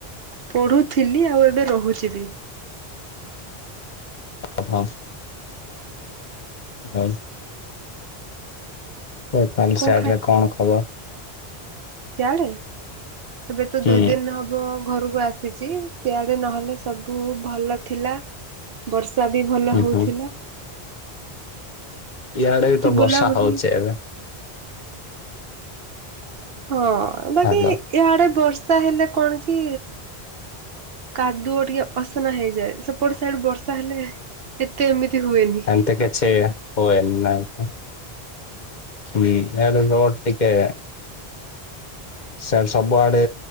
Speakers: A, on the right; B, on the left.
A: ପଢୁଥିଲି ଆଉ ଏବେ ରୋହୁଚି ବି।
B: ଅହଁ। <unintelligible> <unintelligible>
A: କଣ
B: ସୀୟାଡ ରେ କଣ ଖବର।
A: ସୀୟାଡେ ଏବେ ତ
B: ହୁଁ
A: ଦୁଇ ଦିନ ହବ ଘରୁକୁ ଆସିଚି। ସେଆଡେ ନହେଲେ ସବୁ ଭଲ ଥିଲା। ବର୍ଷା ବି ଭଲ
B: ହୁଁ
A: ହୋଉଥିଲା।
B: ହୁଁ ଇଆଡେ ବି ତ ବର୍ଷା
A: ବୁଲାବୁଲି
B: ହଉଚି ଏବେ।
A: ହଁ ବାକି
B: ହାଲୋ
A: ଇୟାଡେ ବର୍ଷା ହେଲେ କଣ କି କାଦୁଅ ଟିକେ ଅସନା ହେଇଯାଏ ସେପଟ ସାଇଡ୍ ବର୍ଷ ର୍ଷା ହେଲେ ଏତେ ଏମିତି ହୁଏନି।
B: ଏତେ କିଛି ହୁଏନି <unintelligible> <unintelligible> ଟିକେ। ସ୍ୟାଡେ ସବୁଆଡେ